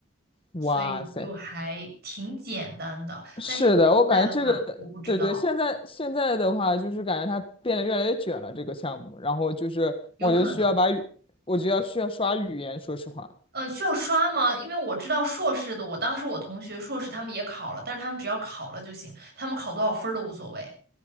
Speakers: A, on the left (about 30°); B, on the right (about 55°).
A: 哇塞，
B: 所以就还挺简单的。
A: 是的，
B: 但是现在的话，
A: 我感觉这个，
B: 我不知道，
A: 对对，现在现在的话，就是感觉它变得越来越卷了这个项目，然后就是我就需要把语，
B: 有可能，
A: 我就要需要刷语言，说实话，
B: 嗯，需要刷吗？因为我知道硕士的，我当时我同学硕士他们也考了，但是他们只要考了就行，他们考多少分儿都无所谓